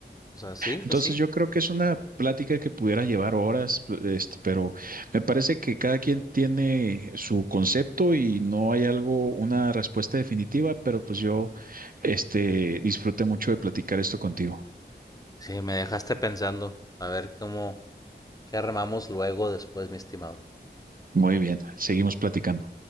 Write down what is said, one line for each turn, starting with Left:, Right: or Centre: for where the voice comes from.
Left: O sea, sí,
Right: Entonces
Left: pues sí.
Right: yo creo que es una plática que pudiera llevar horas, este, pero me parece que cada quien tiene su concepto y no hay algo, una respuesta definitiva, pero pues yo, este, disfruté mucho de platicar esto contigo.
Left: Sí, me dejaste pensando. A ver cómo, qué armamos luego después, mi estimado.
Right: Muy bien, seguimos platicando.